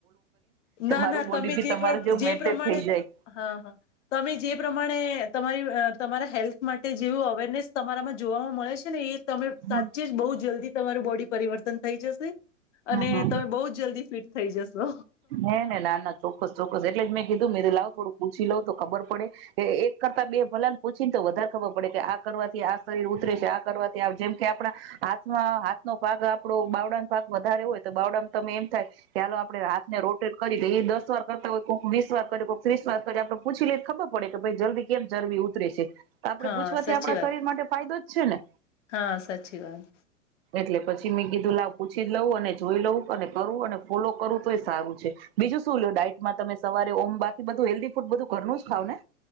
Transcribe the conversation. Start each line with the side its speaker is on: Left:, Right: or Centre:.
Left: ના
Right: મારું
Left: ના
Right: બોડી
Left: તમે
Right: બી તમારે જેવું
Left: જે
Right: મેન્ટેન
Left: પ્રમાણે
Right: થઈ જાય.
Left: હા હ તમે જે પ્રમાણે તમારી. તમારા હેલ્થ. માટે જેવું અવેરનેસ તમારામાં. જોવામાં મળે છે ને એ. તમે
Right: હમ
Left: સાચી જ બહુ જલ્દી. તમારું બોડી પરિવર્તન થઈ જશે. અને
Right: હમ.
Left: તમે બઉ જલ્દી ફિટ. થઈ જસો.
Right: હે ના ચોક્કસ ચોક્કસ એટલે જ મેં કી કું મે લાવું થોડું પૂછી લઉ તો ખબર પડે કે એક કરતા બે ભલાને પૂછી ને તો વધારે ખબર પડે કે આ કરવાથી આ શરીર ઉતરે છે, આ કરવાથી જેમ કે આપણા હાથમાં હાથનો ભાગ આપડો બાવડા ભાગ વધારે હોય તો બાવડા તમે એમ થાય કે હાલો આપણે હા ને રોટેટ કરી દ એ દસ વાર કરતા હોય કોઈક વીસ વાર કરી કોઈક ત્રીસ વાર કર આપડે પૂછી લઈ ખબર પડે કે ભાઈ જલ્દી કેમ ચરબી ઉતરે છે. તો આપણે
Left: હા
Right: પૂછવાથી
Left: સાચી
Right: આપણા
Left: વાત
Right: શરીર માટે ફાયદો જ છે ને.
Left: હા સાચી વાત.
Right: એટલે પછી મેં કીધું લાવ પૂછી જ લઉં, અને જોઈ લઉું, અને કરું અને ફોલો કરું તો એ. સારું છે બીજું શું લ ડાયટમાં તમે સવારે ઓમ બાકી બધું હેલ્ધી ફૂડ બધું ઘરનું જ ખાવ ને?